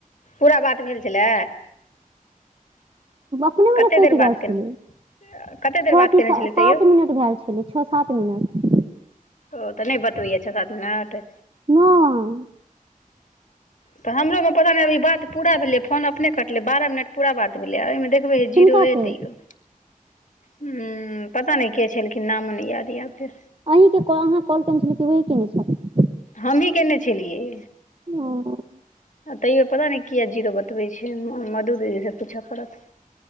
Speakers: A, on the left; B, on the right.
A: पूरा बात भेल छलै।
B: अपने म
A: कतेक
B: ने कटि
A: देर
B: गछ
A: बात
B: गेल
A: केने कतेक देर
B: छ
A: बात
B: की
A: केने
B: सा
A: छलियै
B: सात
A: तैयो
B: मिन भेल छलै छ ओ सात मिनट
A: ओ तऽ नहि बतबय छ सात मिनट
B: नय।
A: तऽ हमरो मे पता नहि अभ बात पूरा भेलै फोन अपने क मतल बारह मिनट पूरा बात भेलै ओहिमे देखबै हे
B: किनका
A: जीरो ए
B: से
A: तैयो। हूं पता नहि के छैेलखिन नामो नहि याद य ओते।
B: अहीँके क अहाँ कॉल केने छलियै कि ओहे केने छल
A: हमही केने छलियै
B: ओ <inaudible>
A: आ तैयो पता नहि किया जीरो बतबै छै मधु दीदीसँ पूछऽ पड़त